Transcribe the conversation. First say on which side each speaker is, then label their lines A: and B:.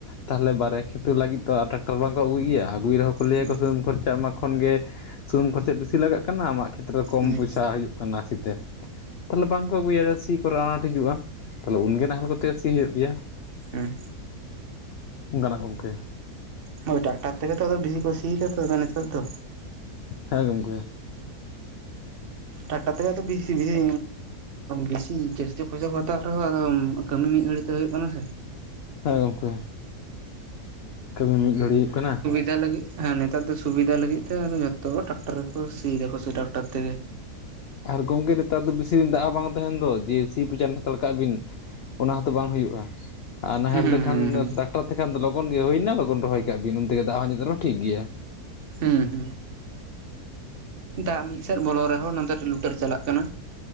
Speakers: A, on the left; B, on the right.
A: ᱛᱟᱦᱞᱮ ᱵᱟᱨᱭᱟ ᱠᱷᱮᱛᱼᱼᱼ ᱛᱩᱫ ᱞᱟᱹᱜᱤᱫ ᱛᱚ ᱟᱨ ᱴᱟᱠᱴᱟᱨ ᱵᱟᱝᱠᱚ ᱟᱹᱜᱩᱭ ᱜᱮᱭᱟ ᱟᱹᱜᱩᱭ ᱨᱮᱦᱚᱸ ᱠᱚ ᱞᱟᱹᱭᱟᱠᱚ
B: ᱦᱩᱸ
A: ᱥᱮ ᱠᱷᱚᱨᱪᱟ ᱚᱱᱟᱠᱷᱚᱱ ᱜᱮ ᱥᱩᱱᱩᱢ ᱠᱷᱚᱨᱪᱟ ᱵᱤᱥᱤ ᱞᱟᱜᱟᱜ ᱠᱟᱱᱟ ᱟᱢᱟᱜ ᱠᱷᱮᱛᱨᱮ ᱠᱚᱢ
B: ᱦᱩᱸ
A: ᱯᱚᱭᱥᱟ ᱦᱩᱭᱩᱜ ᱼᱼ ᱠᱟᱱᱟ ᱥᱤᱛᱮ ᱛᱟᱦᱞᱮ ᱵᱟᱝ ᱠᱚ ᱟᱹᱜᱩᱭᱟ ᱥᱤ ᱠᱚᱨᱮ ᱟᱱᱟᱴ ᱦᱤᱡᱩᱜᱼᱟ, ᱛᱟᱦᱞᱮ ᱩᱱᱜᱮ ᱱᱟᱦᱮᱞ ᱠᱚᱛᱮ ᱥᱤ ᱦᱩᱭᱩᱜ ᱜᱮᱭᱟ
B: ᱮᱸᱦ
A: ᱚᱱᱠᱟᱱᱟᱜ ᱜᱚᱝᱠᱮ
B: ᱦᱳᱭ ᱴᱟᱠᱴᱟᱨ ᱛᱮᱜᱮ ᱛᱚ ᱟᱫᱚ ᱵᱤᱥᱤ ᱠᱚ ᱥᱤᱭ ᱫᱟ ᱛᱚ ᱟᱫ ᱱᱮᱛᱟᱨ ᱫᱚ᱾
A: ᱦᱮᱸ ᱜᱚᱢᱠᱮ
B: ᱴᱟᱠᱴᱟᱨ ᱛᱮᱜᱮ ᱛᱚ ᱵᱤᱥᱤ ᱵᱤᱥᱤ ᱵᱤᱥᱤ ᱡᱟᱹᱥᱛᱤ ᱯᱚᱭᱥᱟ ᱠᱚ ᱦᱟᱛᱟᱣᱮᱫ ᱨᱮᱦᱚᱸᱼᱼ ᱠᱟᱹᱢᱤ ᱢᱤᱫ ᱜᱷᱟᱹᱲᱤᱡ ᱛᱮ ᱦᱩᱭᱩᱜ ᱠᱟᱱᱟ ᱥᱮ᱾
A: ᱦᱮᱸ ᱜᱚᱢᱠᱮ, ᱠᱟᱹᱢᱤ ᱢᱤᱫ ᱜᱷᱟᱹᱲᱤᱡ ᱦᱩᱭᱩᱜ ᱠᱟᱱᱟ᱾
B: ᱥᱩᱵᱤᱫᱟᱭ ᱞᱟᱹᱜᱤᱫ ᱛᱮ ᱱᱮᱛᱟᱨ ᱫᱚ ᱥᱩᱵᱤᱫᱟᱭ ᱞᱟᱹᱜᱤᱫ ᱛᱮ ᱡᱚᱛᱚ ᱴᱟᱠᱴᱟᱨ ᱨᱮᱠᱚ ᱥᱤᱭ ᱫᱟᱠᱚ ᱥᱮ ᱴᱟᱠᱴᱟᱨ ᱛᱮᱼᱼᱼ
A: ᱟᱨ ᱜᱚᱢᱠᱮ ᱱᱮᱛᱟᱨ ᱫᱚ ᱵᱤᱥᱤ ᱫᱤᱱ ᱫᱟᱜ ᱦᱚᱸ ᱵᱟᱝ ᱛᱟᱦᱮᱱ ᱫᱚ ᱡᱮ ᱥᱤ ᱯᱚᱪᱟᱱ ᱦᱟᱛᱟᱲ ᱠᱟᱜᱼᱟ ᱵᱤᱱ᱾ ᱚᱱᱟ ᱦᱚᱸᱛᱚ ᱵᱟᱝ ᱦᱩᱭᱩᱜᱼᱟ᱾ ᱟᱨ ᱱᱟᱦᱮᱞ
B: ᱦᱩᱸ ᱦᱩᱸ
A: ᱛᱮᱠᱷᱟᱱ,
B: ᱦᱩᱸ
A: ᱴᱟᱠᱴᱟᱨ ᱛᱮᱠᱷᱟᱱ ᱞᱚᱜᱚᱱ ᱜᱮ ᱦᱩᱭᱱᱟ ᱞᱚᱜᱚᱱ ᱨᱚᱦᱚᱭ ᱠᱟᱜ ᱵᱤᱱ ᱩᱱ ᱛᱮᱜᱮ ᱫᱟᱜ ᱦᱚᱸ ᱟᱸᱡᱮᱛ ᱨᱮ ᱦᱚᱸ ᱴᱷᱤᱠ ᱜᱮᱭᱟ᱾
B: ᱦᱩᱸ ᱦᱩᱸ ᱫᱟᱜ ᱢᱤᱫ ᱥᱮᱫ ᱵᱚᱞᱚᱜ ᱨᱮᱦᱚᱸ ᱱᱚᱱᱛᱮ ᱞᱩᱴᱟᱹᱨ ᱪᱟᱞᱟᱜ ᱠᱟᱱᱟ